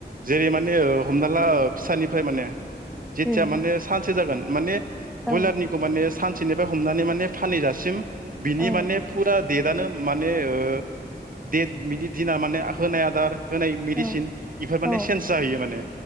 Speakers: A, on the right (about 55°); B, in the centre.
A: जेरै माने हमना ला फिसानिफ्राय माने जेथिया
B: उम
A: माने सानसे जागोन माने
B: औ
A: ब्रयलारनिखौ माने सान थिनिफ्राय हमनानै माने फानैहैजासिम बिनि
B: औ
A: माने फुरा देटानो माने ओ देट बिनि दिना माने होनाय आदार होनाय मेडिसिन
B: औ
A: इफोर माने
B: औ
A: चेन्ज जाहैयो माने